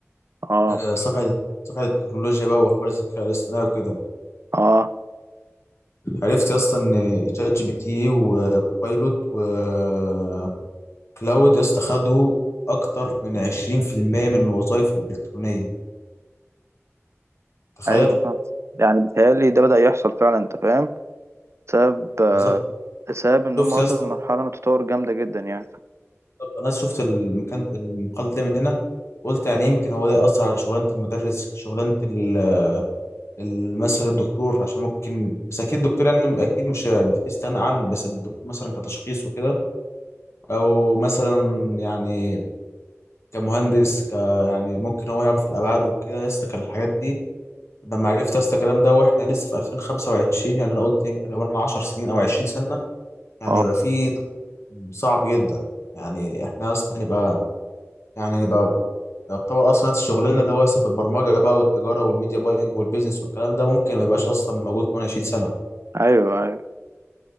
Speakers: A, on the right; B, on the left.
A: اه
B: آه، صفحه صفحه التكنولوجيا بقى واخبار الذكاء الاصطناعي وكده
A: اه
B: عرفت يا اسطى ان شات جي بي تي وكوبايلوت وكلاود يا اسطى خدوا اكتر من 20% من الوظائف الالكترونيه تخيل
A: ايوه فاهم. يعني بيتهيألي ده بدأ يحصل فعلا انت فاهم بسبب آه،
B: بالظبط
A: بسبب ان
B: شفت
A: هم وصلوا
B: يا اسطى
A: لمرحلة من التطور جامدة جدا يعني
B: بالظبط. انا شفت المكان المقال ده من هنا قلت يعني يمكن هو ده يأثر على شغلانة المدرس شغلانة ال- ال- مثلا الدكتور عشان ممكن بس أكيد الدكتور يعني أكيد مش في استغنى عنه بس الدكتور مثلا كتشخيص وكده أو مثلا يعني كمهندس ك يعني ممكن هو يعرف الأبعاد وكده يا اسطى كان الحاجات دي لما عرفت يا اسطى الكلام ده وإحنا لسه في 2025 يعني أنا قلت يمكن كمان 10 سنين أو 20 سنة يعني
A: اه
B: هيبقى في تقدم صعب جدا يعني إحنا يا اسطى هنبقى يعني هنبقى يعتبر اصلا نفس الشغلانه اللي هو لسه في البرمجه بقى والتجاره والميديا باينج والبيزنس والكلام ده ممكن ما يبقاش اصلا موجود كمان 20 سنه
A: ايوه ايوه